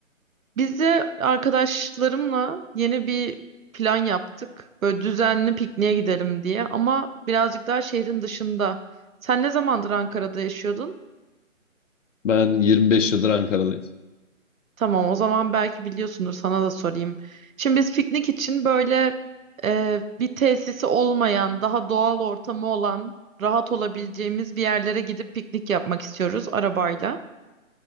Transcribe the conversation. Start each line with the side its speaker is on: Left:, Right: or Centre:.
Right: Biz de arkadaşlarımla yeni bir plan yaptık. Böyle düzenli pikniğe gidelim diye ama birazcık daha şehrin dışında. Sen ne zamandır Ankara'da yaşıyordun?
Left: Ben 25 yıldır Ankara'dayım.
Right: Tamam, o zaman belki biliyorsundur sana da sorayım. Şimdi biz piknik için böyle e, bir tesisi olmayan, daha doğal ortamı olan, rahat olabileceğimiz bir yerlere gidip piknik yapmak istiyoruz arabayla.